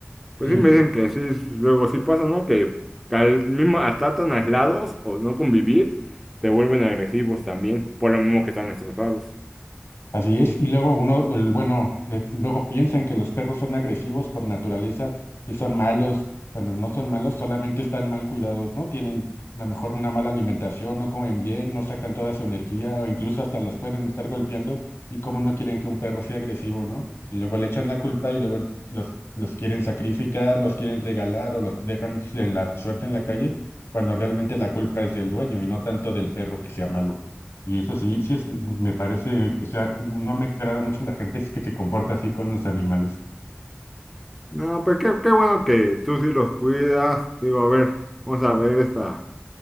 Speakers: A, in the centre; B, on the left.
A: pues
B: sí.
A: sí me dicen que sí, luego sí pasa, ¿no? Que al mismo, hasta tan aislados o no convivir, se vuelven agresivos también, por lo mismo que están estresados.
B: Así es, y luego uno, el- bueno, eh, luego piensan que los perros son agresivos por naturaleza, que son malos, bueno no son malos, solamente están mal cuidados, ¿no? Tienen a lo mejor una mala alimentación, no comen bien, no sacan toda su energía, o incluso hasta los pueden estar golpeando, y cómo no quieren que un perro sea agresivo, ¿no? Y luego le echan la culpa y luego el- los, los quieren sacrificar, los quieren regalar o los dejan en la suerte en la calle, cuando realmente la culpa es del dueño y no tanto del perro que sea malo. Y eso sí, sí es, me parece que sea, no me agrada mucho la gente que se comporta así con los animales.
A: No, pues qué, qué bueno que tú sí los cuidas. Digo, a ver, vamos a ver esta.